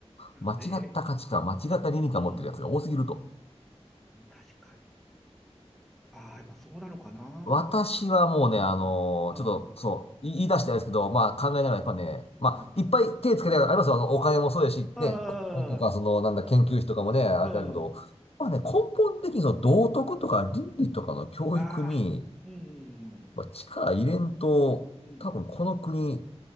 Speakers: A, on the left; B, in the centre.
A: 間違った価値観、
B: ねえ。
A: 間違った倫理観持ってるやつが多すぎると。
B: うん。確かに。ああ、やっぱそうなのかな。
A: 私はもうね、あのーちょっと、
B: うん。うん。
A: そう、言い出していですけど、まあ考えながらやっぱね、まあ、
B: うん。
A: いっぱい手つけてありますよ。あの、お金もそうですし、
B: ああ。
A: ね、国会とか、その、なんだ、
B: うん。
A: 研究費とかもね、あれだけど、
B: うん。
A: まあね、根本的にその道徳とか倫理とかの教育に、
B: ああ。うん。
A: まあ、力入れんと、
B: うん。
A: 多分この国